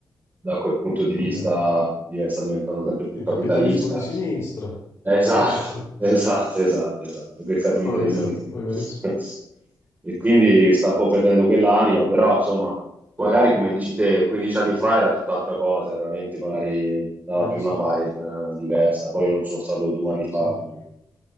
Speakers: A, on the right; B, on the left.
A: da quel punto di
B: Sì,
A: vista
B: eh.
A: div- sta diventando sempre più
B: Sì, un
A: capitalista
B: capitalismo di sinistra.
A: Esatto,
B: Sì, sì.
A: <laughs> esatto, esatto, esatto, che cattività
B: No, no, è
A: di
B: vero,
A: Swayze.
B: è verissimo.
A: <laughs> E quindi sta un po' perdendo quell'anima, però insomma, magari come dici te, 15 anni fa era tutt'altra cosa, era veramente magari dava
B: Ma io
A: più
B: s-
A: una vibe eh, diversa, poi io non sono stato due anni fa,
B: sì,
A: quindi